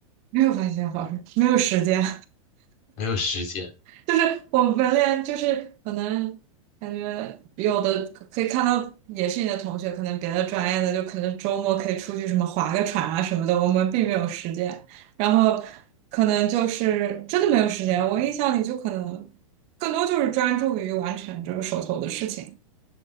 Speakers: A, on the right; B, on the left.
A: 没有发现好事，没有时间。
B: 没有时间
A: 就是我们连就是可能感觉有的可可以看到，也是你的同学，可能别的专业的就可能周末可以出去什么划个船啊什么的，我们并没有时间，然后可能就是真的没有时间。我印象里就可能更多就是专注于完成这个手头的事情。